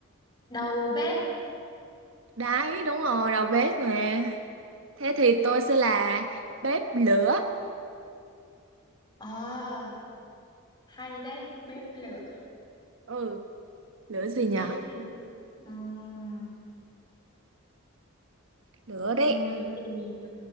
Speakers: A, on the left (about 20°); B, on the right (about 65°).
A: đầu bếp.
B: Đấy, đúng rồi, đầu bếp nè. Thế thì tôi sẽ là bếp lửa.
A: Ờ, hay đấy, bếp lửa,
B: Ừ, lửa gì nhở?
A: bếp lửa. Ừm,
B: lửa đấy
A: ừm, lửa gì nhỉ?